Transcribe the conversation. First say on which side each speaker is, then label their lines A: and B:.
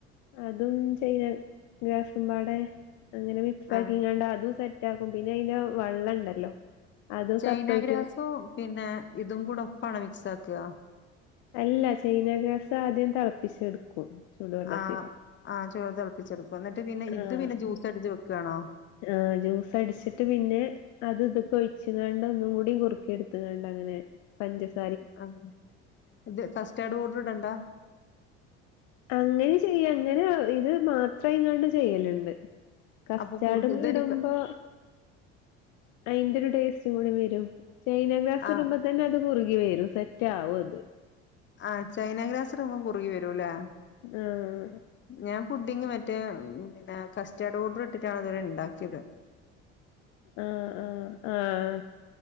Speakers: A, on the left; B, on the left.
A: അതും ചൈന ഗ്രാസും പാടെ അങ്ങനെ മിക്സ്
B: ആഹ്
A: ആക്കിങ്ങാണ്ട് അതും സെ റ്റാക്കും പിന്നെ അയിന്റെ വെള്ളം ഇണ്ടല്ലോ അത്
B: ചൈന
A: സപ്പറേറ്റ്
B: ഗ്രാസും പിന്നെ ഇതും കൂടെ ഒപ്പാണോ മിക്സ് ആക്കുക
A: അല്ല ചൈന ഗ്രാസ് ആദ്യം തെളപ്പിച്ചെടുക്കും ചൂടുവെള്ളത്തില്
B: ആഹ് ആഹ് <unintelligible> തെളപ്പിച്ചെടുക്കും എന്നിട്ട് പിന്നെ ഇത്
A: ആഹ്
B: പിന്നെ ജ്യൂസ് അടിച്ച് വെക്കുകാണോ
A: ആഹ് ജ്യൂസ് അടിച്ചിട്ട് പിന്നെ അത് ഇതൊക്കൊഴിച്ചുംങ്ങാണ്ട് ഒന്നും കൂടീം കുറക്കിയെടുത്തുംങ്ങാണ്ട് അങ്ങനെ പഞ്ചസ്
B: ആഹ് ഇത് കസ്റ്റാർഡ് പൌഡർ ഇടണ്ടാ
A: അങ്ങനെയും ചെയ്യ അങ്ങനെ ഇത് മാത്രം ആയിങ്ങാണ്ട് ചെയ്യല്ണ്ട് കസ്റ്റാഡ്
B: അപ്പൊ കുറുകി ഇതൊരു
A: ഇടുമ്പോ അതിന്റെ ഒരു ടേസ്റ്റ് കൂടി വരും ചൈന ഗ്രാസ്
B: ആഹ്
A: ഇടുമ്പ തന്നെ അത് കുറുകി വരും സെറ്റാവും അത്
B: ആഹ് ചൈന ഗ്രാസ് ഇടുമ്പം കുറുകി വരുല്ലേ?
A: ആഹ്
B: ഞാൻ പുഡിങ്ങ് മറ്റേ പിന്നെ കസ്റ്റാർഡ് പൗഡർ ഇട്ടിട്ടാണ് ഇതുവരെണ്ടാക്കിയത്.
A: ആഹ് ആഹ് ആഹ്